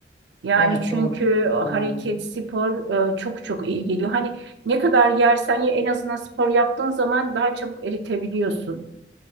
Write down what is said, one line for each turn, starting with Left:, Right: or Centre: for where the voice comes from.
Right: Yani
Centre: Evet
Right: çünkü
Centre: doğru.
Right: e, hareket,
Centre: Doğru.
Right: spor e, çok çok iyi geliyor. Hani ne kadar yersen ye en azından spor yaptığın zaman daha çabuk eritebiliyorsun.